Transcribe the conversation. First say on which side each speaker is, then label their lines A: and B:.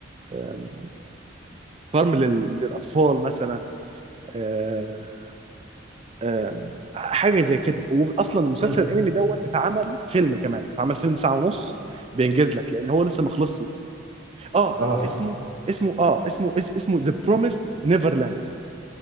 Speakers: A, on the right (about 30°); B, on the right (about 60°).
A: آم، فارم لل- للاطفال مثلا آه، آم، حاجه زي كده واصلا المسلسل
B: امم
A: الانمي دوت اتعمل فيلم كمان اتعمل فيلم ساعه ونص بينجز لك لان هو لسه ما خلصش اه
B: والله العظيم
A: اسمه
B: مم.
A: اسمه اه اسمه اس- اسمه ذا بروميسد نيفرلاند